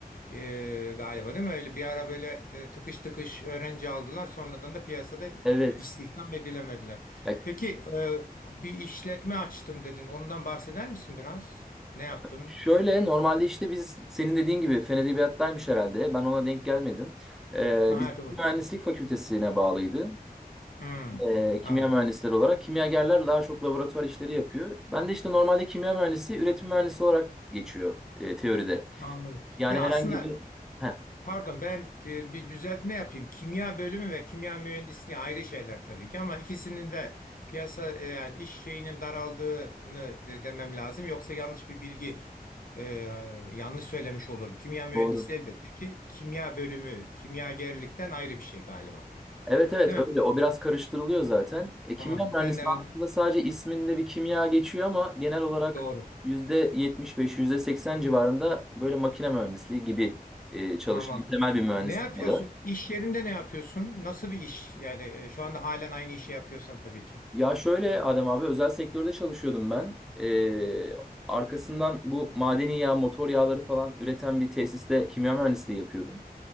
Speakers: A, on the left; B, in the centre.
A: E, galiba değil mi? Öyle bir ara böyle de tıkış tıkış öğrenci aldılar. Sonradan da piyasada
B: Evet.
A: istihdam edilemediler.
B: Ya
A: Peki e, bir işletme açtım dedin. Ondan bahseder misin biraz? Ne yaptın?
B: şöyle normalde işte biz senin dediğin gibi fen edebiyattaymış herhalde. Ben ona denk gelmedim. Ee,
A: Ha
B: biz
A: doğru.
B: mühendislik fakültesine bağlıydı.
A: Hmm,
B: Ee, kimya
A: anladım.
B: mühendisleri olarak. Kimyagerler daha çok laboratuvar işleri yapıyor. Ben de işte normalde kimya mühendisi üretim mühendisi olarak geçiyor e, teoride.
A: Anladım.
B: Yani
A: Ya
B: herhangi
A: aslında
B: bir... Heh,
A: Pardon ben e, bir düzeltme yapayım. Kimya bölümü ve kimya mühendisliği ayrı şeyler tabii ki ama ikisinin de piyasa e, yani iş şeyinin daraldığını de- demem lazım. Yoksa yanlış bir bilgi e, yanlış söylemiş olurum. Kimya mühendisliği
B: doğru.
A: elbette ki kimya bölümü kimyagerlikten ayrı bir şey galiba.
B: Evet evet
A: Değil mi?
B: öyle. O biraz karıştırılıyor zaten. E, kimya
A: Tamam.
B: mühendisliği
A: Ben de ön-
B: aslında sadece isminde bir kimya geçiyor ama genel olarak
A: doğru.
B: yüzde yetmiş beş yüzde seksen civarında böyle makine mühendisliği gibi e, çalışan
A: Tamam.
B: temel bir mühendislik
A: Ne yapıyorsun?
B: dalı.
A: İş yerinde ne yapıyorsun? Nasıl bir iş? Yani e, şu anda halen aynı işi yapıyorsan tabii ki.
B: Ya şöyle Adem abi özel sektörde çalışıyordum ben. E, arkasından bu madeni yağ, motor yağları falan üreten bir tesiste kimya mühendisliği yapıyordum.